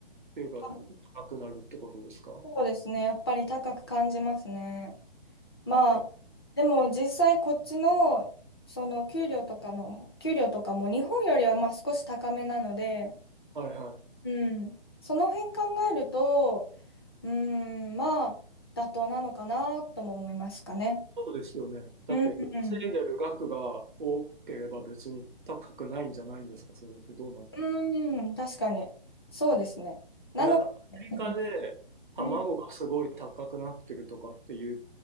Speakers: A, on the right (about 55°); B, on the left (about 25°).
A: ていうか高くなるってことですか
B: <laughs> そうですね。やっぱり高く感じますね。まあ、
A: あ、
B: でも実際こっちの、その給料とかの、給料とかも日本よりはまあ少し高めなので、
A: はいはい。
B: うん、その辺考えると、うーん、まあ、妥当なのかなとも思いますかね。
A: そうですよね。だって稼いでる額が多ければ別に高くないんじゃないんですかそれってどうなんだろう。
B: うん、うん、うん確かに。そうですね。なので、
A: でもなんかアメリカで卵がすごい高くなってるとかって言っ
B: うん、